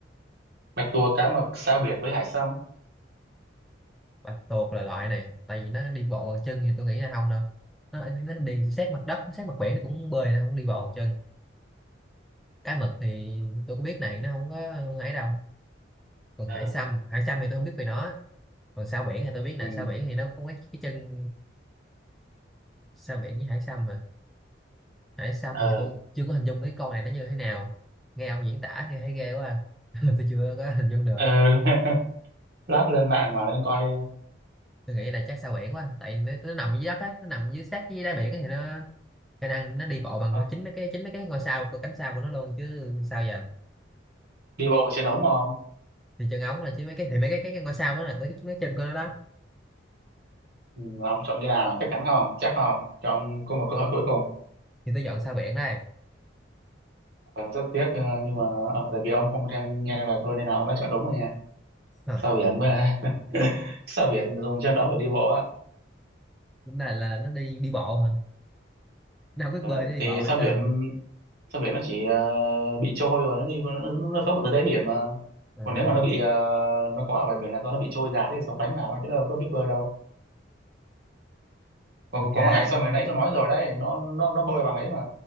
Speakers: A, on the right; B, in the centre.
A: bạch tuộc cá mực sao biển với hải sâm
B: bạch tuộc là loại này tại vì nó đi bộ bằng chân thì tôi nghĩ là không đâu nó, nó đi sát mặt đất sát mặt biển nó cũng bơi nó không đi bộ bằng chân cá mực thì tôi cũng biết này nó không có ấy đâu còn
A: ờ
B: hải sâm hải sâm thì tôi không biết về nó còn sao biển thì tôi biết nè
A: ừ.
B: sao biển thì nó có cái, cái chân sao biển với hải sâm hả hải sâm
A: ờ
B: thì tôi chưa có hình dung cái con này nó như thế nào nghe ông diễn tả nghe thấy ghê quá à. <laughs> tôi chưa có hình dung được
A: ờ <laughs> lát lên mạng mà lên coi
B: tôi nghĩ là chắc sao biển quá tại nó, nó nằm dưới đất á nó nằm dưới sát dưới đáy biển á thì nó khả năng nó đi bộ bằng
A: ờ,
B: chính mấy cái chính mấy cái ngôi sao của cánh sao của nó luôn chứ sao giờ
A: đi bộ trên ống mà ông
B: thì chân ống là chứ mấy cái thì mấy cái cái ngôi sao đó là mấy cái, mấy chân của nó đó
A: ừ, mà ông chọn cái nào chắc chắn không chắc không cho ông có một cơ hội cuối cùng
B: thì tôi dọn sao biển đây
A: ờ, rất tiếc ờ, nhưng mà ờ, tại vì ông không theo nghe lời tôi nên là ông đã chọn đúng rồi nha
B: Ờ.
A: sao biển mới là <laughs> sao biển dùng chân ống để đi bộ á
B: Lúc này là nó đi đi bộ hả? Nó không biết
A: ờ,
B: bơi nó đi
A: thì
B: bộ hay
A: sao
B: sao?
A: biển sao biển nó chỉ ờ, bị trôi rồi nó đi nó, nó nó sống ở dưới đáy biển mà
B: À,
A: còn nếu mà nó bị ờ, nó có ở bãi biển là do nó bị trôi giạt thì sóng đánh vào chứ đâu có biết bơi đâu còn
B: ok.
A: còn con hải sâm hồi nãy tôi nói rồi đấy nó nó nó bơi bằng ấy mà